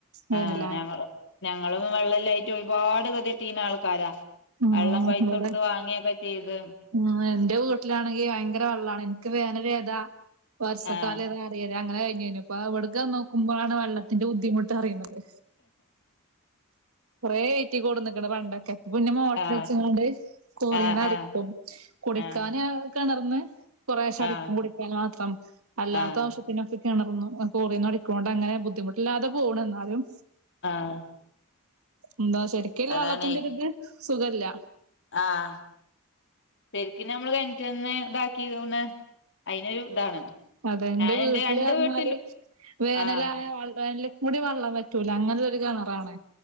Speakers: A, on the right; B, on the left.
A: വേനലായ
B: ആഹ് ഞങ്ങളും, ഞങ്ങളും വെള്ളല്ലായിട്ട് ഒരുപാട് ഗതികെട്ടീന ആൾക്കാരാ.
A: ആഹ്
B: വെള്ളം പൈസ
A: ഇവിടെ
B: കൊടുത്ത് വാങ്ങിയൊക്കെ ചെയ്ത്.
A: ഉം എന്റെ വീട്ടിലാണെങ്കിൽ ഭയങ്കര വെള്ളാണ്. എനിക്ക് വേനൽ ഏതാ വർഷക്കാലം
B: ആഹ്
A: ഏതാ വെയില് അങ്ങനെ കഴിഞ്ഞേനു. ഇപ്പ ഇവിടക്കു വന്നുനോക്കുമ്പോളാണ് വെള്ളത്തിന്റെ ബുദ്ധിമുട്ട് അറിയുന്നത്. കുറേ ഏറ്റി കൊടുന്ന്ക്കണ് പണ്ടൊക്കെ. പിന്നെ മോട്ടോർ
B: ആഹ്
A: വെച്ചുകൊണ്ട് കോറീന്ന്
B: ആഹ്
A: അടിക്കും.
B: ആഹ്
A: കുടിക്കാന്
B: ആഹ്
A: കിണർന്ന് കുറേശടിക്കും
B: ആഹ്
A: കുടിക്കാൻ മാത്രം അല്ലാത്ത
B: ആഹ്
A: ആവശ്യം പിന്നൊക്കെ കിണറീന്നു കോറീന്നു അടിക്കണോണ്ട് അങ്ങനെ ബുദ്ധിമുട്ടില്ലാതെ പോണ് എന്നാലും
B: ആഹ്
A: എന്താ ശരിക്കൊള്ള
B: അതാണേ
A: വെള്ളത്തിന്റെ ഒരു ഇത് സുഖല്ല
B: ആഹ് ശെരിക്കിന് നമ്മള് കെണറ്റിന്ന് ഇതാക്കി ഒന്ന് അതിനൊരു ഇതാണ്.
A: അതെന്റെ
B: ഞാനെന്റെ
A: വീട്ടില്
B: രണ്ട്
A: പറഞ്ഞാല്
B: വീട്ടിലും
A: വേനലായ
B: ആഹ്
A: <unintelligible> മുടി വള്ളം വറ്റൂല അങ്ങനെ ഒരു കിണറാണ്.